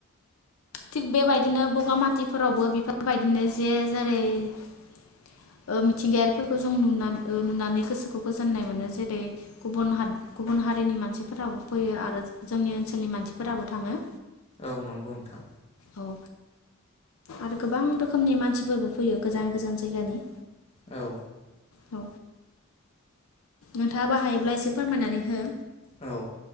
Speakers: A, on the left; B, on the left.
A: थिग बेबायदिनो बगामातिफोरावबो बेफोरबायदिनो जे जेरै ओ मिथिंगायारिफोरखौ जों नुना ओ नुनानै गोसोखौ गोजोननाय मोनो जेरै गुबुन हा गुबुन हारिनि मानसिफोराबो फैयो आरो जोंनि ओनसोलनि मानसिफोराबो थाङो।
B: औ नंगौ नोंथां।
A: औ आरो गोबां रोखोमनि मानसिफोरबो फैयो गोजान गोजान जायगानि।
B: औ
A: औ नोंथाङाबो हायोब्ला एसे फोरमायनानै हो।
B: औ